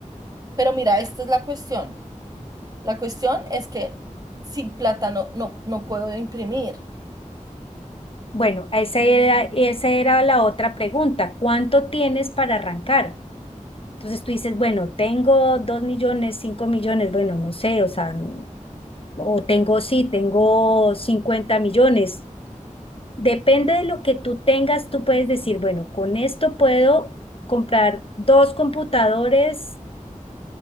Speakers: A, on the right; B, on the left.
A: pero mira, esta es la cuestión. La cuestión es que sin plata no, no, no puedo imprimir.
B: Bueno, esa era, esa era la otra pregunta. ¿Cuánto tienes para arrancar? Entonces tú dices, bueno, tengo dos millones, cinco millones, bueno, no sé, o sea, mm, o tengo, sí, tengo 50 millones. Depende de lo que tú tengas, tú puedes decir, bueno, con esto puedo comprar dos computadores,